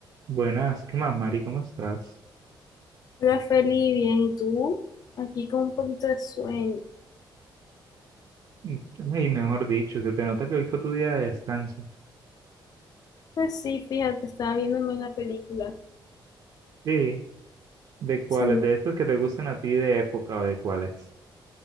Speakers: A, on the right; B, on the left.
A: Buenas, ¿qué más, Mari? ¿Cómo estás?
B: Hola Feli, bien, ¿y tú? Aquí con un poquito de sueño.
A: Mm, Ay, mejor dicho, se te nota que hoy fue tu día de descanso.
B: Pues sí, fíjate, estaba viéndome una película.
A: Sí, ¿de cuáles?
B: Sí,
A: ¿De estos que te gustan a ti de época o de cuáles?